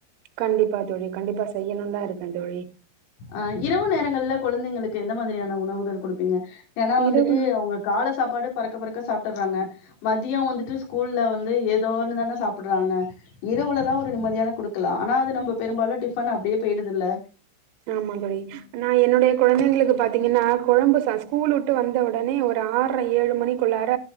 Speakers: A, on the right; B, on the left.
A: கண்டிப்பா தோழி கண்டிப்பா செய்யணும்னு தான் இருக்கேன் தோழி.
B: ஆஹ் இரவு நேரங்கள்ல கொழந்தைங்களுக்கு எந்த மாதிரியான உணவுகள் கொடுப்பீங்க ஏன்னா வந்துட்டு
A: இரவு
B: அவங்க கால சாப்பாடு பறக்க பறக்க சாப்பிடுறாங்க மதியம் வந்துட்டு ஸ்கூல்ல வந்து ஏதோனு தானே சாப்பிடுறாங்க இரவுலதான் ஒரு நிம்தியான கொடுக்கலாம் ஆனா அது நம்ம பெரும்பாலும் டிபன் அப்படியே போய்டுதுல
A: ஆமா தோழி நான் என்னுடைய குழந்தைங்களுக்கு பாத்தீங்கன்னா குழம்பு சாதம் ஸ்கூல் விட்டு வந்த உடனே ஒரு ஆற ஏழு மணிக்குள்ளார